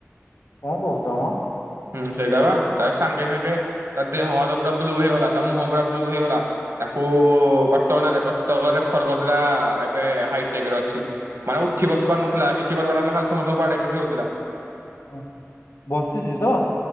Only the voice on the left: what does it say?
କଣ କହୁଚ ମ
ହ ବଞ୍ଚିଛି ତ ।